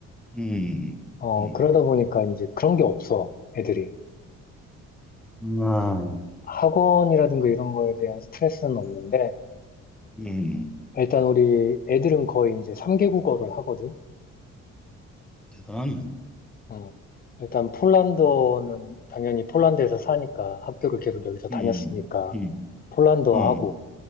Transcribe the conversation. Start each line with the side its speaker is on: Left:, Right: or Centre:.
Centre: 음,
Left: 어,
Centre: 음,
Left: 그러다 보니까 이제 그런 게 없어, 애들이.
Centre: 아,
Left: 학원이라든가 이런 거에 대한 스트레스는 없는데,
Centre: 음,
Left: 일단 우리 애들은 거의 이제 3개 국어를 하거든.
Centre: 대단해.
Left: 어. 일단 폴란드어는 당연히 폴란드에서 사니까 학교를 계속 여기서 다녔으니까
Centre: 음, 음,
Left: 폴란드어
Centre: 어,
Left: 하고,